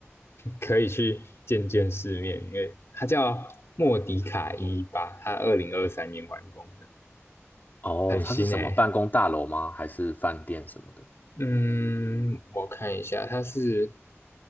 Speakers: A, on the left; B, on the left.
A: 可以去见见世面，因为它叫莫迪卡一八，它二零二三年完工的，
B: 哦，
A: 很新诶。
B: 它是什么办公大楼吗？还是饭店什么的？
A: 嗯，我看一下，它是